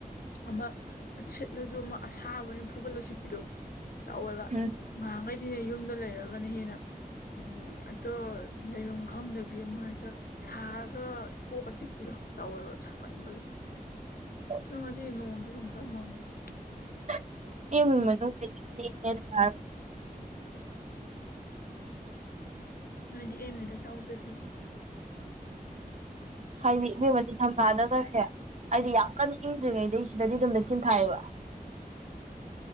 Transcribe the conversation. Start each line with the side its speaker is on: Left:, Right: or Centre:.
Left: ꯑꯃꯛ ꯁꯤꯠꯂꯁꯨ ꯃꯥ ꯑꯁꯥꯕ ꯑꯣꯏꯅ ꯐꯨꯒꯠꯂ ꯁꯤꯠꯄꯤꯗꫭ ꯇꯧꯋꯦꯕ
Right: ꯎꯝ
Left: ꯉꯍꯥꯛ ꯃꯩꯗꯤ ꯌꯨꯝꯗ ꯂꯩꯔꯒꯅ ꯍꯦꯟꯅ ꯑꯝ ꯑꯇꯣ ꯂꯩꯕꯝ ꯈꯪꯗꯕꯤ ꯑꯃ ꯍꯦꯛꯇ ꯁꯥꯔꯒ ꯀꯣꯛꯀ ꯆꯤꯛꯄꯤꯗꯥ ꯇꯧꯋꯦꯕ ꯁꯥꯃꯟꯕꯒꯤ
Right: <inaudible>
Left: ꯅꫭꯏ ꯉꯁꯤ ꯅꯣꯡꯖꯨ ꯆꯨꯒ꯭ꫪꯥ ꯃꯪꯡꯉꯤꯅꯦ
Right: <unintelligible>
Left: ꯅꫭꯏꯗꯤ ꯑꯦꯝ ꯌꯨꯗ ꯆꯥꯎꯖꯕꯤꯅꯤ
Right: ꯍꯥꯏꯗꯤ ꯏꯕꯦꯝꯃ ꯅꯤꯡꯊꯝ ꯊꯥꯗꯒꯁꯦ ꯍꯥꯏꯗꯤ ꯌꯥꯝ ꯀꯟꯅ ꯏꯪꯗ꯭ꯔꯤꯉꯩꯗꯩ ꯁꯤꯗꯗꯤ ꯑꯗꯨꯝ ꯂꯩꯆꯤꯟ ꯊꯥꯏꯑꯕ